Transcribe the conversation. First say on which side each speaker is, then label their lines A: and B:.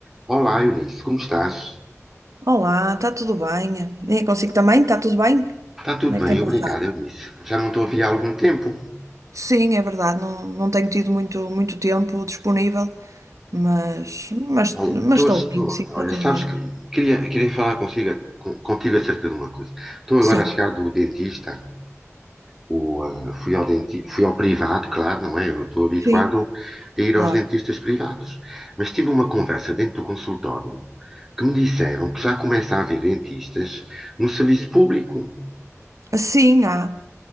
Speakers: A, in the centre; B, on the right.
A: Olá, Eunice, como estás?
B: Olá, está tudo bem? É consigo também? Está tudo bem?
A: Está tudo
B: Como é que
A: bem,
B: tem
A: obrigado,
B: passado?
A: Eunice. Já não estou a ver há algum tempo.
B: Sim, é verdade, não, não tenho tido muito, muito tempo disponível, mas, mas,
A: Olha,
B: mas
A: estou,
B: estou
A: estou-
B: bem, sim, está
A: olha,
B: tudo
A: sabes
B: bem.
A: que queria, queria falar consigo, con- contigo acerca de uma coisa. Estou agora
B: Sim,
A: a chegar do dentista. O, ah, fui ao denti, fui ao privado, claro, não é? Eu estou habituado
B: sim,
A: a ir
B: claro.
A: aos dentistas privados. Mas tive uma conversa dentro do consultório que me disseram que já começa a haver dentistas no serviço público.
B: Sim, há.